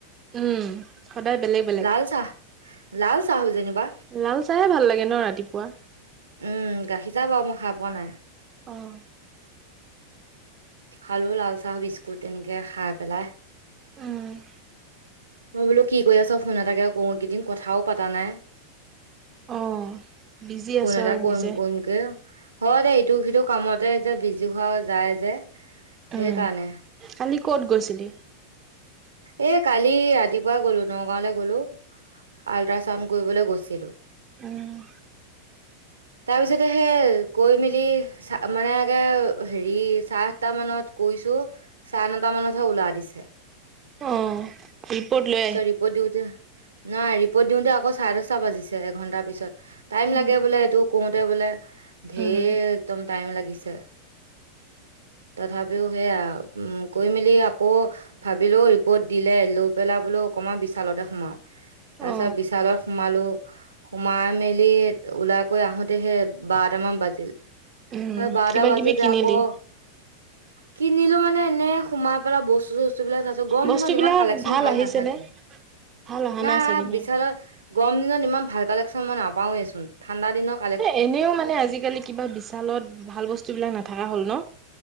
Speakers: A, on the right; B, on the right.
A: উমঁ, সদায় বেলেগ-বেলেগ।
B: লাল চাহ লা'ল চাহ যেনিবা।
A: লা'ল চাহে ভাল লাগে ন ৰাতিপুৱা।
B: উমঁ, গাখীৰ চাহ বাও মই খাই পোৱা নাই।
A: উম।
B: খালো লাল চাহ, বিস্কুট এনেকে খাই পেলাই।
A: উম।
B: মই বোলো কি কৰি আছ ফোন এটাকে কওঁ, কেইদিন কথাও পতা নাই।
A: অ বিজি
B: ফোন
A: আছো
B: এটা
A: আৰু
B: কৰিম
A: নিজে
B: কৰিম কে- হয় দে ইটো সিটো কামতে এতিয়া বিজি হোৱা যায় যে
A: উম
B: সেই কাৰণে।
A: কালি কত গৈছিলি?
B: এ কালি ৰাতিপুৱাই গলো নগাঁওলৈ গলো, আল্ট্ৰাচাউণ্ড কৰিবলৈ গৈছিলোঁ।
A: উম।
B: তাৰপিছতে হেই গৈ মেলি- চা মানে হেৰি চাৰে আঠটা মানত গৈইছো- চাৰে নটা মানতহে ওলাই দিছে।
A: অঁ। ৰিপৰ্টলে-
B: পিছত ৰিপৰ্ট দিওঁতে, নাই ৰিপৰ্ট দিওঁতে আকৌ চাৰে দশটা বাজিছে এঘণ্টাৰ পিছত। টাইম
A: উম
B: লাগে বোলে এইটো কওঁতে বোলে, ধেৰ
A: উম
B: একদম টাইম লাগিছে। তথাপিও সেয়া কৈ মেলি আকৌ- ভাবিলো ৰিপৰ্ট দিলে, লৈ পেলাই বোলো অকণমান বিশালতে সোমাওঁ। তাৰ
A: অ
B: পিছত বিশালত সোমালো। সোমাই মেলি ওলাই কৈ আহোতেহে বাৰটামান বাজিল।
A: উম
B: পিছত বাৰতা
A: কিবা
B: বাজোতে
A: কিবি কিনিলি
B: আকৌ- কি কিনিলো মানে এনে সোমাই পেলাই বস্তু চস্তু বিলাক- গৰম
A: বস্তুবিলাক
B: দিনত ইমান কালেকচন ভাল
A: আহিছেনে
B: নাথাকে
A: ভাল অহা
B: না
A: নাই চাগে
B: বিশালত-
A: ন
B: গৰম দিনত ইমান ভাল কালেকশ্যন মই নাপাওঁৱেই চোন, ঠাণ্ডা দিনত-
A: এ এনেও মানে আজিকালি কিবা বিশালত ভাল বস্তু বিলাক নাথকা হ'ল ন।